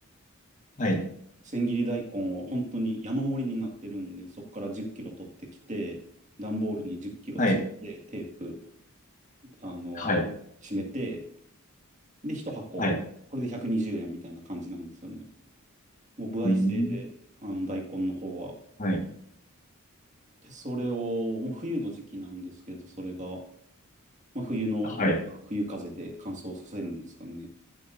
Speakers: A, on the left (about 35°); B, on the right (about 35°).
A: はい、
B: 千切り大根を本当に山盛りになってるんで、そこから10キロ取ってきて、段ボールに10キロ詰めて、
A: はい、
B: テープ、あの、
A: はい、
B: 締めて、で、1箱、
A: はい、
B: これで120円みたいな感じなんですよね。もう、歩合制で、
A: うん、
B: あの、大根の方は
A: はい、
B: で、それを、もう冬の時期なんですけど、それが、まあ、冬の、
A: はい、
B: なんか、冬風で乾燥させるんですかね。